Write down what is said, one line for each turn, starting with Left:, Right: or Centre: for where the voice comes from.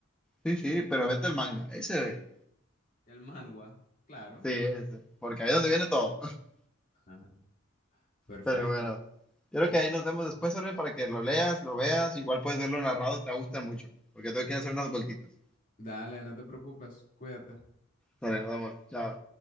Centre: Sí, sí, pero vete al manga. Ese, ve.
Left: El manhwa, claro.
Centre: Sí, ese. Porque ahí es donde viene todo. <laughs>
Left: <laughs> Perfecto.
Centre: Pero bueno, yo creo
Left: Ujú.
Centre: que ahí nos vemos después, Orbe, para que lo leas, lo veas. Igual puedes verlo narrado, te va a gustar mucho. Porque tengo que hacer unas vueltitas.
Left: Dale, no te preocupes, cuídate.
Centre: Dale, nos vemos. Chao.